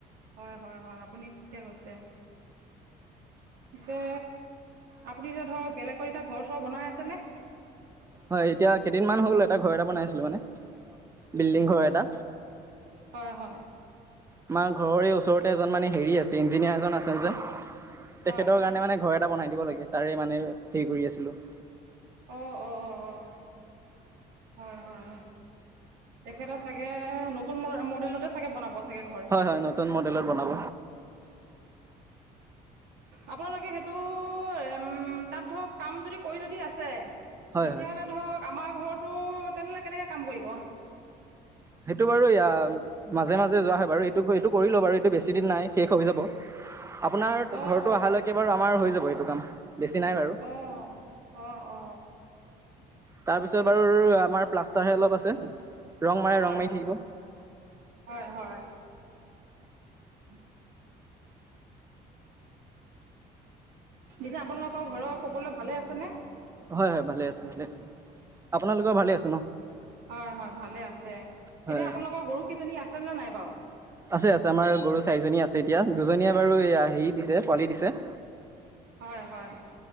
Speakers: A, on the right; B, on the right.
A: হয় হয় হয় আপুনি ঠিকে কৈছে। পিছে আপুনি এতিয়া ধৰক বেলেগৰ এতিয়া ঘৰ চৰ বনাই আছেনে।
B: হয় এতিয়া কেইদিন মান হ'ল এটা ঘৰ এটা বনাইছিলো মানে বিল্ডিং ঘৰ এটা।
A: হয় হয়।
B: আমাৰ ঘৰৰে ওচৰতে এজন মানে হেৰি আছে ইঞ্জিনিয়াৰ এজন আছে যে।
A: হয়
B: তেখেতৰ কাৰণে মানে ঘৰ এটা বনাই দিব লাগে তাৰে মানে। হে কৰি আছিলো। <inaudible>
A: অঁ অঁ অঁ অঁ হয় হয়। তেখেতে চাগে নতুন মডেলতে চাগে বনাব। চাগে ঘৰ
B: হয় হয় নতুন মডেলত বনাব।
A: আপোনালোকে সেইটো উম তাত ধৰক কাম যদি কৰি যদি আছে।
B: হয়
A: তেতিয়া
B: হয়
A: হলে ধৰক আমাৰ ঘৰতো তেনেহ'লে কেনেকে কাম কৰিব।
B: সেইটো বাৰু এয়া মাজে মাজে যোৱা হয় বাৰু এইটো এইটো কৰিলো বাৰু এইটো বেছি দিন নাই শেষ হৈ যাব। আপোনাৰ
A: অঁ
B: ঘৰটো
A: অঁ
B: আহালৈকে বাৰু আমাৰ হৈ যাব এইটো কাম। বেছি নাই বাৰু।
A: অ অ অ।
B: তাৰপিছত বাৰু আমাৰ প্লাষ্টাৰহে অলপ আছে। ৰং মাৰে
A: হয়,
B: ৰং মাৰি থাকিব।
A: হয়, হয়। <inaudible> পিছে আপোনালোকৰ ঘৰৰ সকলোৱে ভালে আছে নে।
B: হয়-হয় ভালে আছে, ভালে আছে, আপোনালোকৰ ভালে আছে ন।
A: হয়-হয় ভালে আছে
B: হয়
A: এতিয়া আপোনালোকৰ গৰুকেইজনী আছে নে নাই বাৰু।
B: আছে-আছে আমাৰ গৰু চাৰিজনী আছে এতিয়া দুজনীয়ে বাৰু এয়া হেৰি দিছে পোৱালি দিছে।
A: হয়-হয়।